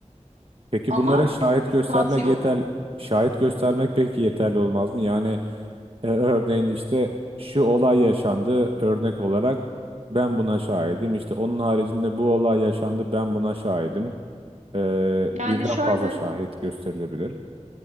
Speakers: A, on the right (about 50°); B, on the right (about 75°).
A: Peki
B: Ama
A: bunlara şahit
B: ispatı
A: göstermek
B: yok.
A: yeter, şahit göstermek peki yeterli olmaz mı? Yani e, örneğin işte şu olay yaşandı örnek olarak ben buna şahidim. İşte onun haricinde bu olay yaşandı ben buna şahidim. Ee,
B: Yani
A: birden
B: şöyle
A: fazla şahit gösterilebilir.